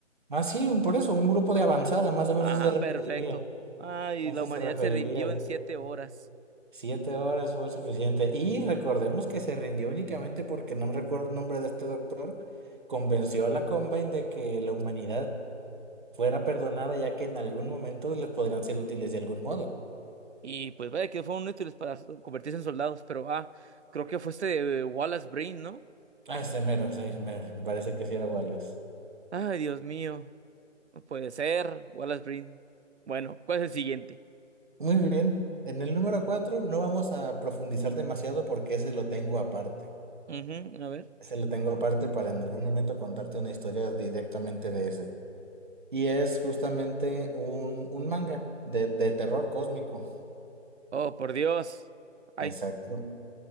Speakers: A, on the right; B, on the right.
A: Ah, sí, por eso, un grupo de avanzada, más o menos
B: Ah,
A: eso se referiría.
B: perfecto. Ay,
A: A eso
B: la humanidad
A: se referiría.
B: se rindió en siete horas.
A: Siete horas fue suficiente. Y recordemos que se rindió únicamente porque no recuerdo el nombre de este doctor convenció a la Combine de que la humanidad fuera perdonada ya que en algún momento les podrían ser útiles de algún modo.
B: Y pues vaya que fueron útiles para convertirse en soldados, pero ah, creo que fue este eh, Wallace Breen, ¿no?
A: Ah, ese mero, sí, me parece que sí era Wallace.
B: Ay, Dios mío. Puede ser, Wallace Breen. Bueno, ¿cuál es el siguiente?
A: Muy bien. En el número 4 no vamos a profundizar demasiado porque ese lo tengo aparte.
B: Ujú, a ver.
A: Ese lo tengo aparte para en algún momento contarte una historia directamente de ese. Y es justamente un, un manga de, de terror cósmico.
B: Oh, por Dios. Hay,
A: Exacto.